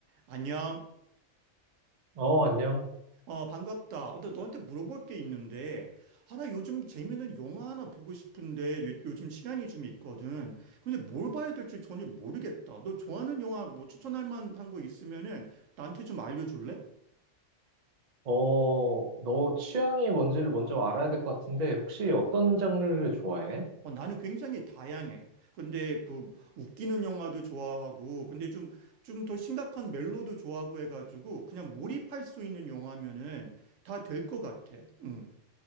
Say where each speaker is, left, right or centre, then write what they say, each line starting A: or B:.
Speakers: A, on the right; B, on the right.
A: 안녕.
B: 어, 안녕.
A: 어, 반갑다. 어, 나 너한테 물어볼 게 있는데, 아, 나 요즘 재밌는 영화 하나 보고 싶은데, 요, 즘 시간이 좀 있거든. 근데 뭘 봐야 될지 전혀 모르겠다. 너 좋아하는 영화 뭐 추천할 만한 거 있으면은 나한테 좀 알려줄래?
B: 어, 너 취향이 뭔지를 먼저 알아야 될 것 같은데, 혹시 어떤 장르를 좋아해?
A: 어, 나는 굉장히 다양해. 근데 그 웃기는 영화도 좋아하고, 근데 좀, 좀 더 심각한 멜로도 좋아하고 해가지고, 그냥 몰입할 수 있는 영화면은 다 될 것 같아. 응.